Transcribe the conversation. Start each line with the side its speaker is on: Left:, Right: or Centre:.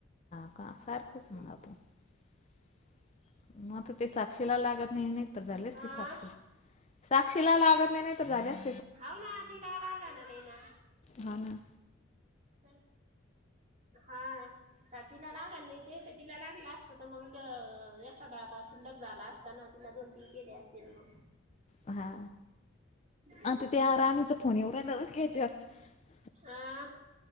Left: <unintelligible>
Right: हम्म
Left: ते साक्षीला लागत नाही नाहीतर झाला असता
Right: हा
Left: सात फोन, साक्षीला लागत नाही नाहीतर, <inaudible>
Right: होउ ना तिला लाग ना नाही ना,
Left: हा ना.
Right: <inaudible> हा तिला लागल नाही, ते तिला लागलं असत तर मंग एखादा आता शिल्लक झाला असताना, तिला दोन तीन केले असतील मग
Left: हा
Right: हम्म
Left: आता त्या राणीच फोनीवर राला घ्याच्यावर
Right: हं